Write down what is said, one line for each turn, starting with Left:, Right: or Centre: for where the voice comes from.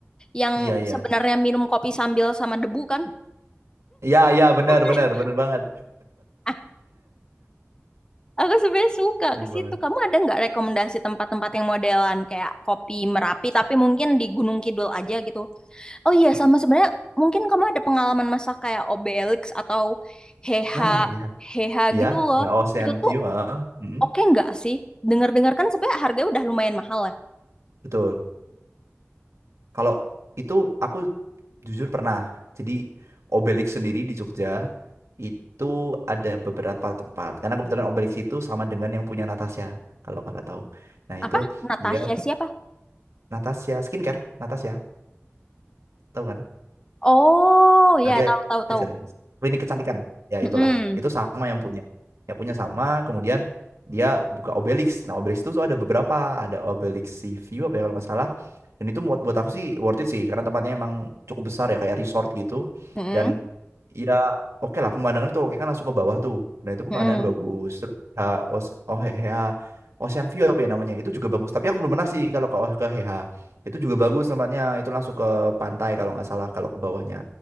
Left: Yang
Right: iya, iya.
Left: sebenarnya minum kopi sambil sama debu kan?
Right: Iya, iya, benar,
Left: <laughs>
Right: benar, benar banget.
Left: Ah, aku sebenarnya suka
Right: Benar
Left: ke situ.
Right: banget.
Left: Kamu ada nggak rekomendasi tempat-tempat yang modelan kayak kopi Merapi, tapi mungkin di Gunung Kidul aja gitu? Oh iya, sama sebenarnya mungkin kamu ada pengalaman masak kayak Obelix atau Heha,
Right: Nah, iya.
Left: Heha
Right: Iya,
Left: gitu loh.
Right: ya Ocean
Left: Itu tuh
Right: View, heeh. Mm,
Left: oke nggak sih? Dengar-dengar kan sebenarnya harganya udah lumayan mahal ya.
Right: betul. Kalau itu aku jujur pernah. Jadi Obelix sendiri di Jogja itu ada beberapa tempat. Karena kebetulan Obelix itu sama dengan yang punya Natasha, kalau kakak tahu. Nah,
Left: Apa?
Right: itu
Left: Natasha
Right: dia
Left: siapa?
Right: Natasha skincare, Natasha, tahu kan?
Left: Oh, ya
Right: Tadi
Left: tahu tahu tahu.
Right: aja lah. Klinik kecantikan. Ya
Left: Mm-mm.
Right: itulah. Itu sama yang punya. Yang punya sama, kemudian dia buka Obelix. Nah, Obelix itu tuh ada beberapa, ada Obelix Sea View apa ya kalau nggak salah. Dan itu buat buat aku sih worth it sih karena tempatnya emang cukup besar ya kayak resort gitu.
Left: Mm-mm.
Right: Dan ya oke lah pemandangan itu oke kan langsung ke bawah tuh. Nah, itu pemandangan
Left: Mm-mm.
Right: bagus. Terus ya, Os, oh, ya, Ocean View apa ya namanya? Itu juga bagus. Tapi aku belum pernah sih kalau ke ke HH. Itu juga bagus tempatnya. Itu langsung ke pantai kalau nggak salah kalau ke bawahnya.